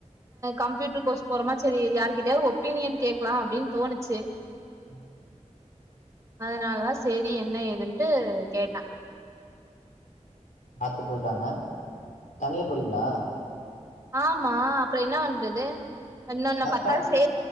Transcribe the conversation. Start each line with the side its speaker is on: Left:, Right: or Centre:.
Right: கம்ப்யூட்டர் கோர்ஸ் போறமா சேரி யாருகிட்டயாது ஒப்பீனியன் கேக்கலா அப்டின்னு தோணுச்சு
Left: <inaudible>
Right: அதனாலதா சேரி என்ன ஏதுன்ட்டு கேட்ட
Left: பாத்து போயிட்டு வாங்க தனியா போறிங்களா
Right: ஆமா அப்பறோ என்ன பண்றது இன்னொன்னு
Left: வரட்டா
Right: பத்தாள் சே